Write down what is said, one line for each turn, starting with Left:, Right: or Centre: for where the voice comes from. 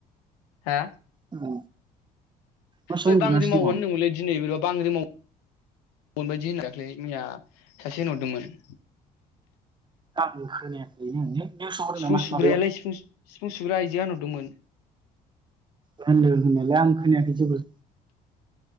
Left: हा?
Right: औ न' सिङाव
Left: ओय
Right: उन्दुनासो
Left: बांग्रि मावगोन
Right: दङ
Left: होनदोंमोनलै दिनै बोरैबा बांग्रि माव गोनबायदि होनना दाख्लै मैया सासे होनहरदोंमोन।
Right: आंबो खोनायाखै <unintelligible> निउस आव होदो
Left: सिफुं
Right: नामा
Left: सुग्रायालाय
Right: माबायाव
Left: सिफुं सिफुं सुग्रा आइजो आ नुदोंमोन।
Right: होनदों होननायालाय आं खोनायाखै जेबो।